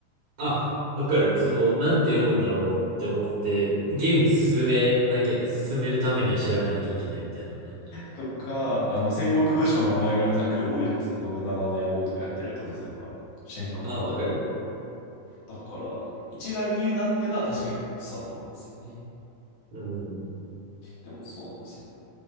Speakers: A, on the right; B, on the left.
A: あ、わかる。その、なんて読むんだろうって思って、ゲーム進めなきゃ、進めるためには調べなきゃいけないみたいなね。
B: とか、
A: うん
B: あの、戦国武将の名前ぐらいはざっくり覚えるじゃないですか。
A: うん
B: 信長の野望とかやってると、例えば。戦国
A: あ、わかる。
B: だから、一概に言うなっていうのは確かにそうだと思いますよね。
A: うん。
B: でもそうなんですよね。